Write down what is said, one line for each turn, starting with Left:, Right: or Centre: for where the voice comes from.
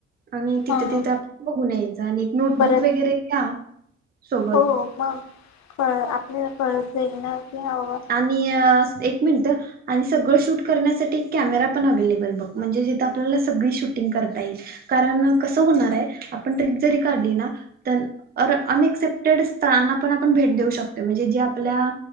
Right: आणि तिथं
Left: हा
Right: तिथं आपण बघून यायचं आणि एक नोटबुक
Left: परत
Right: वगैरे घ्या. सोबत
Left: हो मगळ आपल्याला कळत जाईल ना. की हा बाबा
Right: आणि अ एक मिनिट. आणि सगळं शूट करण्यासाठी, एक कॅमेरा पण अवे्लेबल बघ, म्हणजे जिथे आपल्याला सगळी शूटिंग करता येईल. कारण कस होणारे आपण ट्रीप जरी काढली ना तर अनएक्सेप्टेड स्थळा णा आपण भेट देऊ शकतो म्हणजे. जे आपल्या